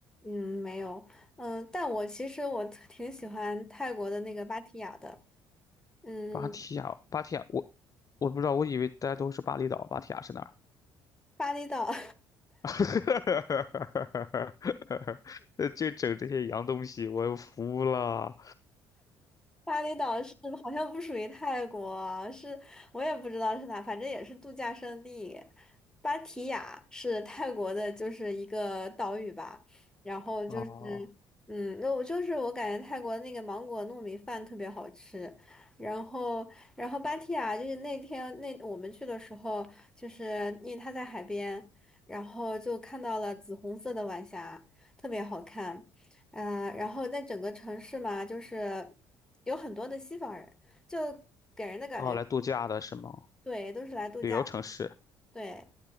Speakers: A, in the centre; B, on the left (about 30°).
A: 嗯，没有，嗯，但我其实我 <laughs> 挺喜欢泰国的那个芭提雅的。嗯，
B: 芭提雅，芭提雅，我我不知道，我以为大家都是巴厘岛，芭提雅是哪儿？
A: 巴厘岛，<laughs>
B: <laughs> 呃就整这些洋东西，我服了。
A: 巴厘岛是好像不属于泰国，是我也不知道是哪，反正也是度假胜地。芭提雅是泰国的，就是一个岛屿吧。然后就是，
B: 啊
A: 嗯，那我就是我感觉泰国那个芒果糯米饭特别好吃。然后，然后芭提雅就是那天那我们去的时候，就是因为它在海边，然后就看到了紫红色的晚霞，特别好看。呃，然后那整个城市嘛，就是有很多的西方人，就给人的感觉，
B: 啊，来度假的是吗？
A: 对，都是来度假，
B: 旅游城市，
A: 对，